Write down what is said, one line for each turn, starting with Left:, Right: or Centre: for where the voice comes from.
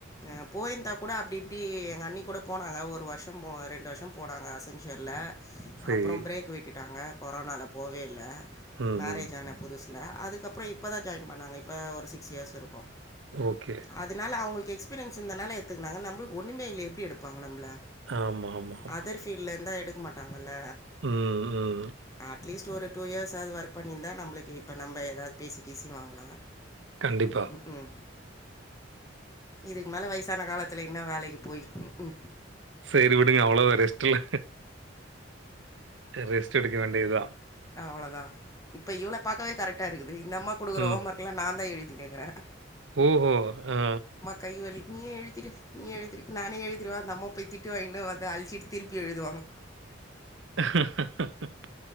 Left: அ போயிருந்தா கூட அப்டி இப்டி எங்க அண்ணி கூட போனாங்க ஒரு வர்ஷோ போ ரெண்டு வர்ஷோ போனாங்க அசன்ஜர்ல
Right: சரி.
Left: அப்றோ பிரேக் விட்டுட்டாங்க கொரோனால போவே இல்ல
Right: ம்,
Left: மேரேஜ்
Right: ம்.
Left: ஆன புதுசு ல அதுக்கப்றோ இப்பதா ஜாயின் பண்ணாங்க இப்ப ஒரு சிக்ஸ் இயர்ஸ் இருக்கு
Right: ஓகே
Left: அதனால அவுங்களுக்கு எக்ஸ்பீரியன்ஸ் இருந்தனால எட்த்துக்கனாங்க நம்பளுக் ஒன்மே இல்லையே எப்டி எடுப்பாங்க நம்பள
Right: ஆமா, ஆமா, ஆமா.
Left: அதர் ஃபீல்ட்ல இருந்தா எடுக்க மாட்டாங்கல்ல
Right: ம் ம்
Left: அட்லீஸ்ட் ஒரு டூ இயர்ஸாது ஒர்க் பண்ணிந்தா நம்ளுக்கு இப்போ நம்ப ஏதாத் பேசி கீசி வாங்லா
Right: கண்டிப்பா.
Left: ம் ம் இதுக்கு மேல வயசான காலத்துல இன்னு வேலைக்கு போய் ம் ம்
Right: சேரி விடுங்க அவ்ளதா ரெஸ்ட் இல்ல ரெஸ்ட எடுக்க வேண்டி தா
Left: அவ்ளதா இப்ப இவ்ள பாக்கவே கரெக்டா இருக்குது இந்தம்மாக் குடுக்குற
Right: ம், ம்.
Left: ஹோமர்க்லா நா தா எழுதினுக்கறே
Right: ஓஹோ அ
Left: கைவலி நீயே எழுதிடு நீயே எழுதிடு நானே எழுதிருவே அந்தம்மா போய் திட்டு வாங்கினு வந்து அழிச்சிட்டு திருப்பி எழுதுவாங்க
Right: ஆஹ